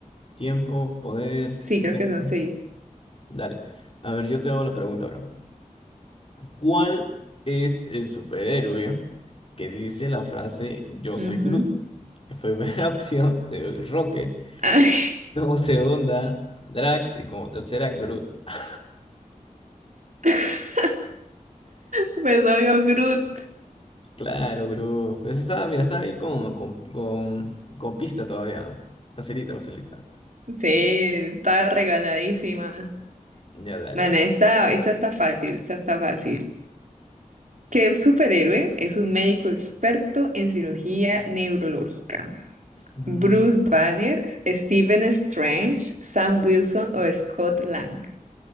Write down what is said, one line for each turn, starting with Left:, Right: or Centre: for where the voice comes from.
Left: Tiempo, poder.
Right: Sí, creo
Left: Ujú.
Right: que son seis.
Left: Dale. A ver, yo te hago la pregunta ahora. ¿Cuál es el superhéroe que dice la frase Yo soy
Right: Ujú.
Left: Groot? En primera <laughs> opción te doy Rocket,
Right: Ay,
Left: como segunda Drax y como tercera Groot. Ah,
Right: <laughs> pues obvio, Groot.
Left: Claro, Groot. Esa está, mira, está ahí con, con, con, con pista todavía. Facilita, facilita.
Right: Sí, está regaladísima.
Left: Ya, dale,
Right: No,
Left: vale.
Right: no, esta, esta está fácil, esta está fácil. ¿Qué superhéroe es un médico experto en cirugía neurológica?
Left: Mm.
Right: Bruce Banner, Stephen Strange, Sam Wilson o Scott Lang.